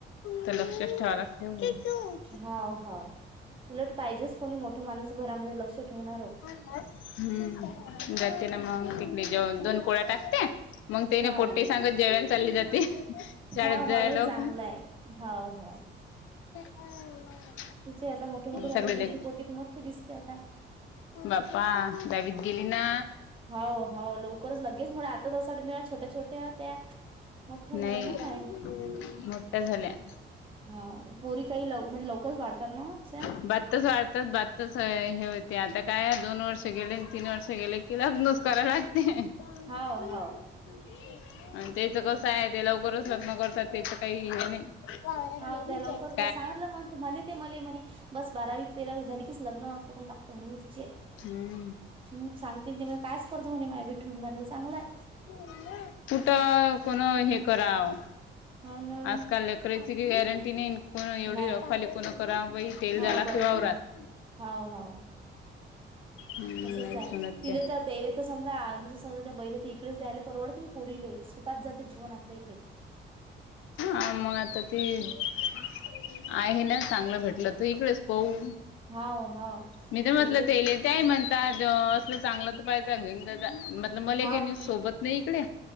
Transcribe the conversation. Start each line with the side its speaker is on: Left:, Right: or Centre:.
Left: तर लक्षच ठेवाय लागते ओ!
Right: हाव हाव, उलट पाहिजेच कोणी मोठ माणूस घरामध्ये लक्ष ठेवणार.
Left: हम्म जाते ना मग तिकडे जेवण दोन पोळा टाकते मग तेने
Right: हाव
Left: पोट्टी
Right: हाव
Left: सांगत जेवायला चालली जाते शाळेत
Right: हाव
Left: जाय
Right: हाव नाही
Left: लोक
Right: चांगलं आहे हाव हाव.
Left: <unintelligible>
Right: तिचे आता मोठे मोठे झाले
Left: सगळे
Right: मोठी
Left: लेक
Right: पोगी तुम ते दिसते आता.
Left: बाप्पा दहावीत गेली ना!
Right: हो हो लवकरच लगेच मोठ्या आता छोट्या छोट्या होत्या. मोठ्या झाल्या
Left: नाही
Right: ना माया
Left: मोठ्या झाल्या.
Right: हा पोरी काही लव म्हणजे लवकरच वाढतात ना वो अश्मा.
Left: बातच वाढतात बात <unintelligible> तस हे होते आता काय दोन वर्ष गेले. आणि तीन वर्ष गेले की लग्नोज कराय लागते. <unintelligible>
Right: हाव हाव
Left: आणि त्याच कस आहेत ते लवकरच लग्न करतात त्याच काही हे नाही. <unintelligible>
Right: हाव त्या लवकर सांगितलं म म्हणे ते मले म्हणे बस बारावी, तेरावी झाली की लग्नच करून टाकतं म्हणे मी तिचे.
Left: हम्म.
Right: हम्म सांगते ते म कायच करतो म्हणे माय विठू म्हणतलय चांगलाय.
Left: <unintelligible> कुठं कोण हे कराव
Right: हा न.
Left: आजकाल करेची गी गॅरंटी नाही. कोण एवढी
Right: नाही
Left: र खाली कोणा करा बाई तेल
Right: हाव
Left: झाला
Right: बरोबर
Left: कि वावरात.
Right: आहे हाव हाव
Left: हम्म,
Right: तसंच
Left: नाहीच
Right: आहे
Left: म्हणत
Right: तिला
Left: त्या
Right: तर त्येला तर समजा आज म्हणजे समजा त्या बैले त इकडेच दयल. परवडती पोरीले सुखात जाते जीवन आपल्याकडे.
Left: आ मंग त ती <unintelligible> <unintelligible> आहे ना, चांगलं भेटलं तर इकडेच पाहू.
Right: हाव हाव
Left: मी तरम्हटलं
Right: हेचे ते
Left: तेले त्याही म्हणतात ज असं चांगलं तर पाहिजे <unintelligible> घेऊन मतल मला
Right: हाव
Left: गे सोबत नाही इकडे.